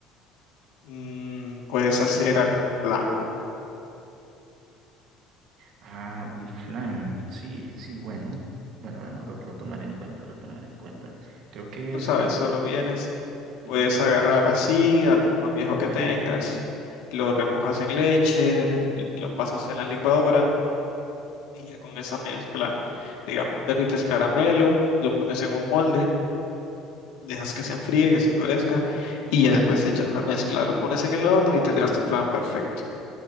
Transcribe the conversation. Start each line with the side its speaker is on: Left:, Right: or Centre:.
Left: Mm, puedes hacer algún plan,
Right: Ah, un flan, sí, sí, bueno. Bueno, bueno, lo, lo tomaré en cuenta, lo tomaré en cuenta. Creo que
Left: tú sabes,
Right: solo...
Left: solo vienes.
Right: ujú.
Left: Puedes agarrar así algún pan viejo que tengas, lo remojas en leche, lo pasas en la licuadora y ya con esa mezcla, digamos, derrites caramelo, lo pones en un molde, dejas que se enfríe, que se endurezca y ya después echas la mezcla, lo pones en el horno y tendrás tu flan perfecto.